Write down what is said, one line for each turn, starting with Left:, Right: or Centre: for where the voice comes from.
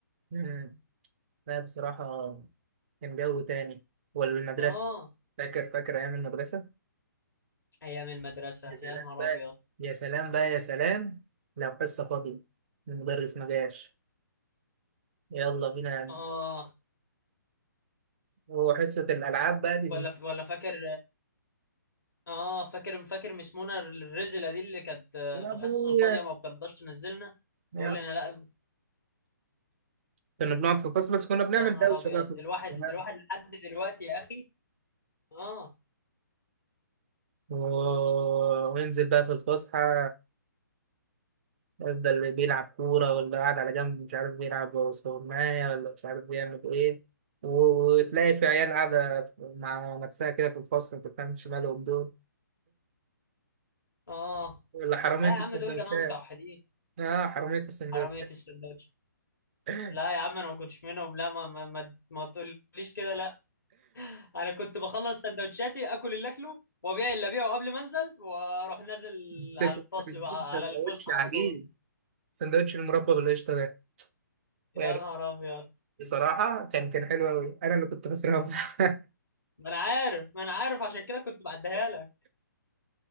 Right: أمم، لا بصراحه كان جو تاني والمدرسه
Left: اه
Right: فاكر فاكر ايام المدرسه
Left: ايام المدرسه
Right: يا سلام
Left: يا نهار
Right: بقى
Left: ابيض
Right: يا سلام بقى يا سلام لو حصة فاضية المدرس ما جاش يلا بينا
Left: اه
Right: وحصة الألعاب بقى دي اللي-
Left: ولا ولا فاكر اه فاكر فاكر مس منى الرزله دي اللي كانت آه،
Right: يا
Left: في
Right: أبويا
Left: الحصص الفاضيه ما بترضاش تنزلنا
Right: يا.
Left: تقول لنا لا
Right: كنا بنقعد في الفصل بس كنا بنعمل
Left: يا نهار
Right: دوشة
Left: ابيض
Right: بقى
Left: الواحد
Right: كلنا
Left: الواحد لحد دلوقتي يا اخي اه
Right: و... وينزل بقى في الفسحة يفضل اللي بيلعب كورة واللي قاعد على جنب مش عارف بيلعب استغماية ولا مش عارف بيعمل إيه وتلاقي في عيال قاعدة مع نفسها كده في الفصل ما تفهمش مالهم دول
Left: اه
Right: ولا حرامية
Left: لا يا
Right: السندوتشات
Left: عم دول جماعه متوحدين
Right: اه حرامية السندوتش
Left: حراميه السندوتش
Right: <laughs>
Left: لا يا عم انا ما كنتش منهم لا ما ما ما, ما تقوليش كده لا انا كنت بخلص سندوتشاتي اكل اللي اكله وابيع اللي ابيعه قبل ما انزل واروح نازل
Right: انت
Left: على
Right: كنت
Left: الفصل
Right: بتجيب
Left: بقى
Right: سندوتش
Left: على الفسحه
Right: عجيب
Left: على طول
Right: سندوتش المربى بالقشطة ده
Left: يا
Right: يعني
Left: نهار ابيض
Right: بصراحة كان كان حلو أوي أنا اللي كنت خسران <laughs>
Left: ما انا عارف ما انا عارف عشان كده كنت بعديها لك